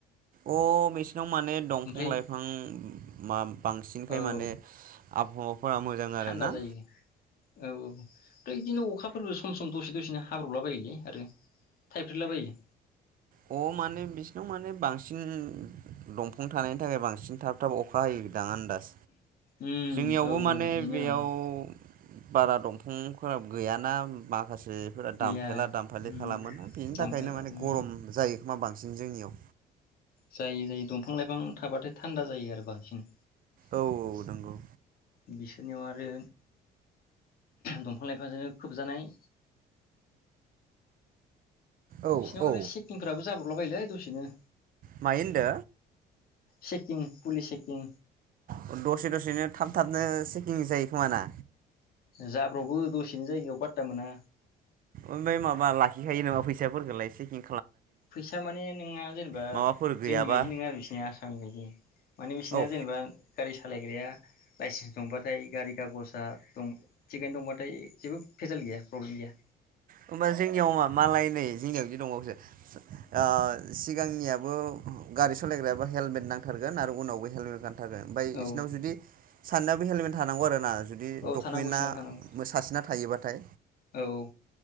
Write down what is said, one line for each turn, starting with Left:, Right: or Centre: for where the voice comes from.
Right: अ मिस नाव माने दंफां
Left: ओमफ्राय
Right: लाइफां मा बांसिनखाय
Left: औ
Right: माने आबहावाफोरा मोजां
Left: थान्दा
Right: आरोना
Left: जायो औ औ ओमफ्राय बिदिनो अखाफोरबो सम सम दसे दसेनो हाब्रलाबायोलै आरो थाइफ्रिलाबायो
Right: अ माने बिसिनाव माने बांसिन दं फां‌ थानायनि थाखाय बांसिन थाब थाब अखा हायोदां आन्दाज
Left: उम
Right: जोंनियावबो
Left: औ
Right: माने
Left: बिदिनो जानांगौ
Right: बेयाव बारा दंफांफोरा गैयाना मा? माखासेफोरा दानफायला
Left: गैया
Right: दानफायलि
Left: उम
Right: खालामो बेनि
Left: दामफायला
Right: थाखायनो माने
Left: उम
Right: गरम मा बांसिन जोंनियाव
Left: जाय जायो दंफां लाइफां थाबाथाय थान्दा जायो आरो बांसिन
Right: औ औ नंगौ
Left: बिसोरनियाव आरो दंफां लाइफांजोंनो खोबजानाय
Right: औ
Left: बिसोरनियाव
Right: औ
Left: आरो चेकिंफोराबो जाब्र हरलाबायलै दसेनो
Right: मायो
Left: चेकिं पुलिस चेकिं
Right: होनदों सेकिं <unintelligible> दसे दसेनो थाब थाबनो सेकिं जायो खोमा ना?
Left: जाब्रब बो दसेनि जायो इयाव पातता मोना
Right: ओमफ्राय माबा लाखिखायो नामा फैसाफोरखौलाय सेकिं
Left: फैसा माने नोंहा जेनेबा
Right: माबाफोर गैयाबा
Left: जोंनि बायदि नङा आरो बिसोरनिया आसामनि बायदि माने बिसोरनिया
Right: औ
Left: जेनेबा गारि सालायग्राया लाइसेन्स दंबाथाय गारि कागज दा दं थिकेट दंबाथाय जेबो फेेजाल गैया प्रब्लेम गैया
Right: होमबा जोंनियाव मा मालाय नै जोंनियाव बिदि दंबावोसो आ सिगांनियाबो गारि सालायग्रायाबो हेलमेट नांथारगोन आरो उनावबो हेलमेट गान <unintelligible> ओमफ्राय
Left: औ
Right: इसोरनाव जुदि सानैनाबो हेल्मेट थानांगौ आरोना जुदि
Left: औ
Right: डकुमेन्टआ
Left: थानांगौ बिसिनाबो थानांगौ
Right: सासेना थायोबाथाय
Left: औ औ